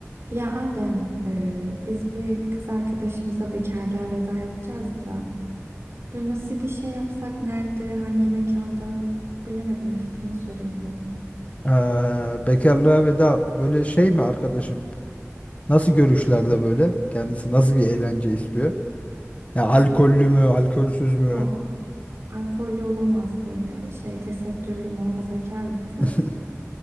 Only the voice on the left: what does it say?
Ee, bekarlığa veda böyle şey mi arkadaşın? Nasıl görüşlerde böyle? Kendisi nasıl bir eğlence istiyor? Ya alkollü mü, alkolsüz mü?
<laughs>